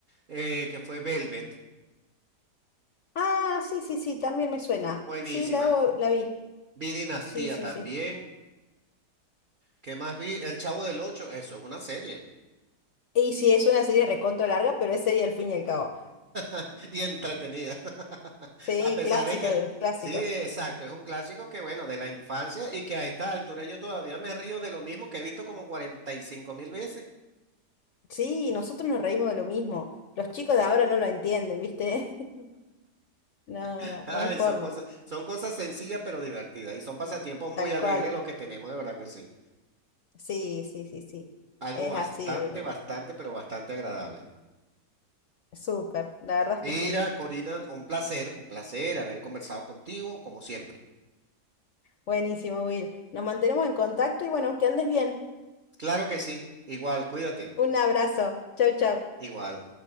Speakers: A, on the right (about 45°); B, on the left (about 65°).
A: eh, que fue Velvet.
B: Ah, sí, sí, sí, también me suena.
A: Buenísima.
B: Sí, la, debo- la vi.
A: Vi Dinastía
B: Sí, sí,
A: también.
B: sí.
A: ¿Qué más vi? El Chavo del Ocho. Eso es una serie
B: Y sí, es una serie recontra larga, pero es serie al fin y al cabo.
A: <laughs> y entretenida. <laughs>
B: Sí,
A: A pesar
B: clásico
A: de que,
B: de los clásicos.
A: sí, exacto, es un clásico que, bueno, de la infancia y que a esta altura yo todavía me río de lo mismo que he visto como cuarenta y cinco mil veces.
B: Sí, nosotros nos reímos de lo mismo. Los chicos de ahora no lo entienden, ¿viste? <laughs> No,
A: <laughs>
B: no,
A: Ay,
B: no hay forma.
A: son cosas, son cosas sencillas pero divertidas y son pasatiempos muy
B: Tal
A: alegres
B: cual.
A: lo que tenemos, de verdad que sí.
B: Sí, sí, sí, sí.
A: Algo
B: Es
A: bastante,
B: así, Wilmer.
A: bastante, pero bastante agradable.
B: Súper, la verdad es
A: Mira,
B: que sí.
A: Corina, un placer, un placer haber conversado contigo, como siempre.
B: Buenísimo, Will. Nos mantenemos en contacto y bueno, que andes bien.
A: Claro que sí. Igual, cuídate.
B: Un abrazo. Chau, chau.
A: Igual.